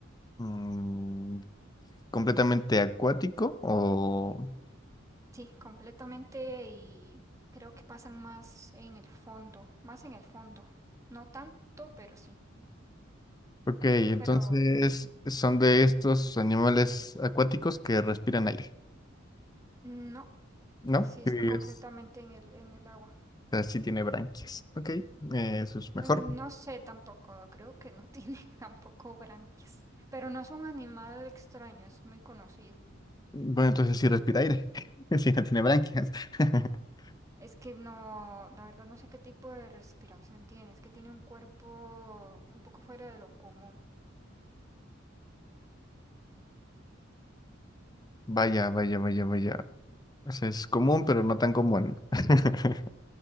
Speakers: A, on the left (about 20°); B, on the right (about 15°).
A: mm, completamente acuático o...
B: Sí, completamente y creo que pasan más en el fondo, más en el fondo. No tanto, pero sí.
A: Ok, entonces
B: Pero
A: son de estos animales acuáticos que respiran aire,
B: no.
A: ¿no?
B: Sí, está
A: Sí,
B: completamente
A: es.
B: en el, en el agua.
A: o sea, sí tiene branquias. Ok, eh, eso es mejor.
B: Eh, No sé tampoco, creo que no <laughs> tiene tampoco branquias. Pero no es un animal extraño, es muy conocido.
A: Bueno, entonces sí respira aire. <laughs> Sí, no tiene branquias. <laughs>
B: Es que no, la verdad no sé qué tipo de respiración tiene, es que tiene un cuerpo un poco fuera de lo común.
A: Vaya, vaya, vaya, vaya. O sea, es común, pero no tan común. <laughs>